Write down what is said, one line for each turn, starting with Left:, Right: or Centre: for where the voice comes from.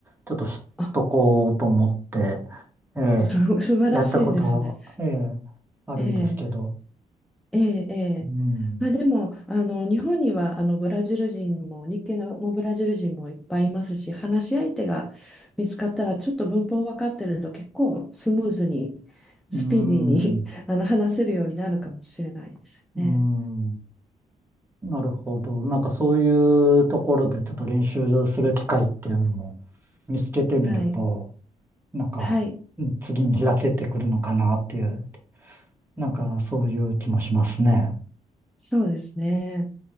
Right: ちょっと知っとこうと思って、
Centre: あ、
Right: ええ、
Centre: す、素晴らしいですね。
Right: やったこと、ええ、あるんですけど。
Centre: ええええ、ええ。
Right: うん、
Centre: まあ、でも、あの、日本には、あの、ブラジル人も、日系のブラジル人もいっぱいいますし、話し相手が見つかったら、ちょっと文法分かってると、結構スムーズに、スピーディーに
Right: うん、
Centre: <laughs> あの、話せるようになるかもしれないですよね。
Right: うん。なるほど。なんかそういうところでちょっと練習する機会っていうのも見つけてみると、
Centre: はい。
Right: なんか、
Centre: はい。
Right: うん次に開けてくるのかなっていう、なんかそういう気もしますね。
Centre: そうですね。